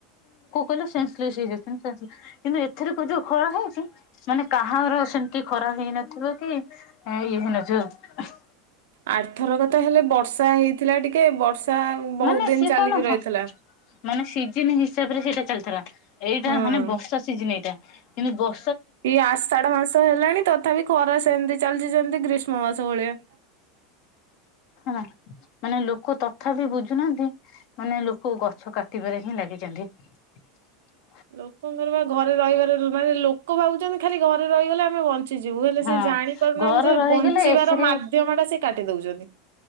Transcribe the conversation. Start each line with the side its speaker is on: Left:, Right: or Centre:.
Left: କହିଲେ ହେଇ। କିନ୍ତୁ ଏଥିର ଯୋଉ ଖରା ହେଇଛି। ମାନେ ସେମିତି ଖରା ହେଇନଥିବ କି, ଇଏ ହେଇନଥିବ।
Right: ଆର୍ଥର ତ ହେଲେ ବର୍ଷା ହେଇଥିଲା ଟିକେ, ବର୍ଷା ବହୁତ
Left: ମାନେ
Right: ଦିନ
Left: ସ
Right: ଚାଲିକି
Left: କ ନୁହଁ।
Right: ରହିଥିଲା।
Left: ମାନେ ସ ସିଜିନ ହିସାବ ରେ ସେଇଟା ଚାଲିଥିଲା। ଏଇଟା
Right: ହଁ।
Left: ମାନେ, ବର୍ଷା ସିଜିନ ଏଇଟା। କିନ୍ତୁ ବ
Right: ଇଏ ଆଷାଢ ମାସ ହେଲାଣି, ତଥାପି ଖରା ସେମିତି ଚାଲିଚଛନ୍ତି ଗ୍ରୀଷ୍ମ ମାସ ଭଳିଆ।
Left: ହଁ। ମାନେ ଲୋକ ତଥାପି ବୁଝୁନାହାନ୍ତି। ମାନେ ଲୋକ ଗଛ କାଟିବାରେ ହିଁ ଲାଗିଛନ୍ତି। <inaudible>
Right: ଲୋକଙ୍କର ବା ଘରେ ରହିବାର, ମାନେ ଲୋକ ଭାବଛନ୍ତି ଖାଲି ଘରେ ରହିଗଲେ ଆମେ ବଞ୍ଚିଯିବୁ ହେଲେ,
Left: ହଁ
Right: ସେ ଜାଣିପାରୁନାହାନ୍ତି
Left: ଘର
Right: ଯେ,
Left: ରହିଗଲେ
Right: ବଞ୍ଚିବାର
Left: ଏସିରେ
Right: ମାଧ୍ୟମ ଟା ସେ କାଟି ଦଉଛନ୍ତି।